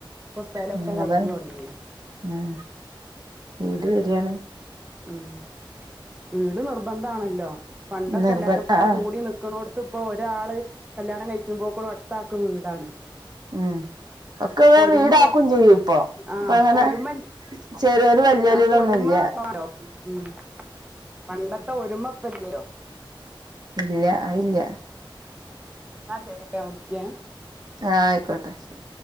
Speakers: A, on the right; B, on the right.
A: പ്പൊ സ്ഥലൊക്കെ
B: ഉം
A: കഴിഞ്ഞു
B: അതാണ്
A: തുടങ്ങിന്
B: ഉം വീട് വരിയാണ്.
A: ഉം വീട് നിർബന്ധമാണല്ലോ, പണ്ടൊക്കെ
B: നിർബ
A: എല്ലാരുംപാടെ
B: ആഹ്
A: കൂടി നിക്കണോട് ത്തിപ്പോ ഒരാള് കല്യാണം കഴിക്കുമ്പോക്ക്ന് അടുത്താക്ക് വീടാണ്
B: ഉം ഒക്കെ വെ
A: പൊരുമ
B: വീടാക്കും ചെയ്യും ഇപ്പൊ
A: ആഹ്
B: അപ്പ അങ്ങനെ
A: പൊരുമ
B: ചെറിയോല് വലിയോല്
A: ആ പൊരുമ
B: തൊന്നു ൽയ്യ
A: വേണോ ഉം പണ്ടത്തെ ഒരുമപ്പല്ലല്ലോ
B: ഇല്ല അഹ്ഇല്ല.
A: എന്നാ ശെരിട്ടൊ വിളിക്കേ
B: ആഹ ആയിക്കോട്ടെ ശരി